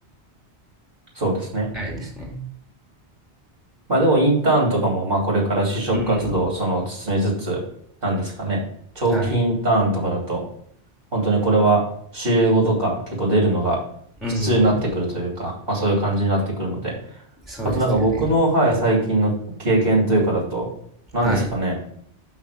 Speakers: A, on the right (about 55°); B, in the centre.
A: そうですね。
B: あれですね。
A: まあでもインターンとかも、まあこれから就職活動をその進めつつ、
B: うん。
A: なんですかね。長期インターンとかだと、
B: はい。
A: 本当にこれは週5とか結構出るのが普通になってくるというか、
B: うん。
A: まあそういう感じになってくるので。
B: そうですよね。
A: あとなんか僕の、はい、最近の経験というかだと、何ですかね。
B: はい。